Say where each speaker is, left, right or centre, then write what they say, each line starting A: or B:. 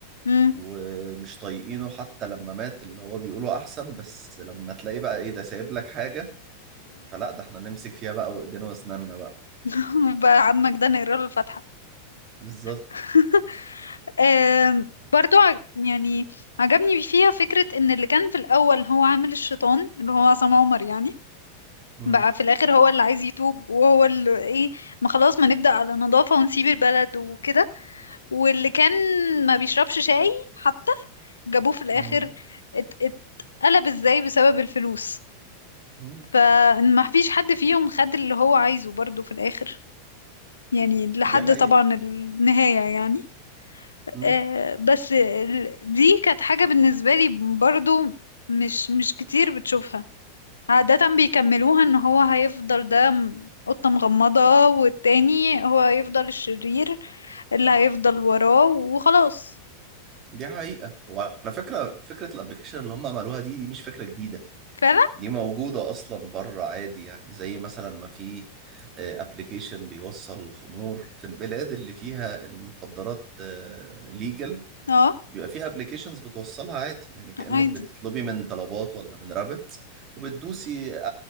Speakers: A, on the left; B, on the right.
A: امم
B: ومش طايقينه حتى لما مات اللي هو بيقولوا احسن بس لما تلاقي بقى ايه ده سايب لك حاجة فلا ده احنا نمسك فيها بقى وايدينا واسناننا بقى
A: <laughs> بقى عمك ده نقرا له الفاتحة
B: بالظبط
A: <laughs> آم، برضو ع- يعني عجبني فيها فكرة ان اللي كان في الاول هو عامل الشيطان اللي هو عصام عمر يعني
B: مم.
A: بقى في الاخر هو اللي عايز يتوب وهو اللي ايه ما خلاص ما نبدأ على نظافة ونسيب البلد وكده واللي كان ما بيشربش شاي حتى جابوه في الاخر
B: مم.
A: ات- اتقلب ازاي بسبب الفلوس
B: مم.
A: فما فيش حد فيهم خد اللي هو عايزه برضو في الاخر يعني لحد
B: دي حقيقة
A: طبعا النهاية يعني
B: مم.
A: آه، بس ال- دي كانت حاجة بالنسبة لي برضو مش مش كتير بتشوفها عادة بيكملوها ان هو هيفضل ده م- قطة مغمضة والتاني هو هيفضل الشرير اللي هيفضل وراه وخلاص
B: دي حقيقة وعلى فكرة فكرة الابلكيشن اللي هم عملوها دي دي مش فكرة جديدة
A: فعلا
B: دي موجودة أصلا بره عادي يعني زي مثلا ما في آه، ابلكيشن بيوصل الخمور في البلاد اللي فيها المخدرات ليجل
A: اه
B: بيبقى في ابلكيشنز بتوصلها عادي يعني كأنك
A: عادي
B: بتطلبي من طلبات ولا من رابط وبتدوسي